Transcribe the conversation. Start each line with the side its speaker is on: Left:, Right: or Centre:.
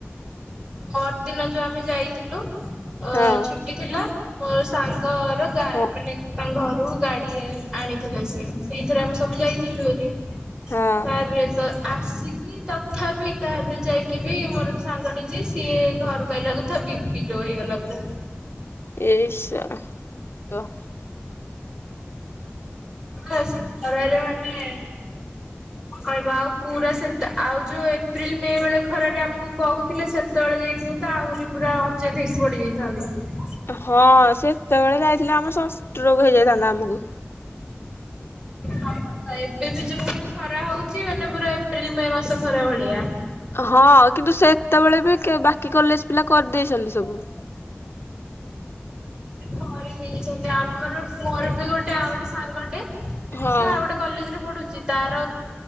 Right: ପର ଦିନ ଯୋଉ ଆମେ ଯାଇଥିଲୁ ଅ
Left: ହଁ
Right: ଛୁଟି ଥିଲା। ମୋ ସାଙ୍ଗର ଗା
Left: ହଁ
Right: ମାନେ ତାଙ୍କ ଘରୁ ଗାଡି ଆଣିଥିଲେ ସିଏ। ସେଇଥିରେ ଆମେ ସବୁ ଯାଇଥିଲୁ ହେରି
Left: ହଁ
Right: କାର ତ ଆସିକି। ତଥାପି କାର ଯାଇକି ବି ମୋର ଗୋଟେ ସାଙ୍ଗ ଟି ଯେ ସିଏ ଘରୁ ଆଇଲା କୁ ବିପି ଲୋ ହେଇଗଲା ପୁରା।
Left: ଏସ <unintelligible>
Right: ଆ ଆରେ ମାନେ <unintelligible> କହିବ ଆଉ ପୁରା ସେତ ଆଉ ଯୋଉ ଏପ୍ରିଲ ମେ ବେଳେ ଖରାରେ ଆମକୁ କହୁଥିଲା ସେ ସେତେବେଳେ ଯାଇଥିବୁ ତ ଆହୁରି ପୁରା ଅଚେତ ହେଇକି ପଡିଯାଇଥାନ୍ତୁ।
Left: ହଁ ସେ ସେତେବେଳେ ଯାଇଥିଲେ ଆମ ଷଷ୍ଠ ରୋଗ ହେଇଯାଇଥାନ୍ତା ଆମକୁ।
Right: ହ ଏବେ ବି ଯୋଉଭଳିଆ ଖରା ହଉଛି ମାନେ ପୁରା ଏପ୍ରିଲ ମେ ମାସ ଖରା ଭଳିଆ।
Left: ହଁ କିନ୍ତୁ ସେତେବେଳେ ବି ବାକି କଲେଜ ପିଲା କରିଦେଇଛନ୍ତି ସବୁ।
Right: କରିଛନ୍ତି ଆମର ମୋର ବି ଗୋଟେ ଆଉ ଗୋଟେ ସାଙ୍ଗଟେ
Left: ହଁ
Right: ସେ ଆଉ ଗୋଟେ। କଲେଜରେ ପଢୁଛି ତାର।